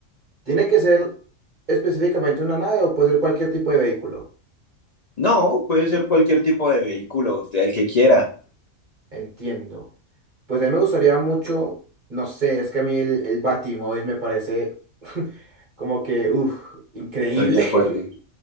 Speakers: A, on the right; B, on the left.
A: ¿Tiene que ser específicamente una nave o puede ser cualquier tipo de vehículo?
B: No, puede ser cualquier tipo de vehículo, el que quiera.
A: Entiendo. Pues a mí me gustaría mucho, no sé, es que a mí el, el Batimóvil me parece <laughs> como que, uff, increíble.
B: Estoy de acuerdo.
A: <laughs>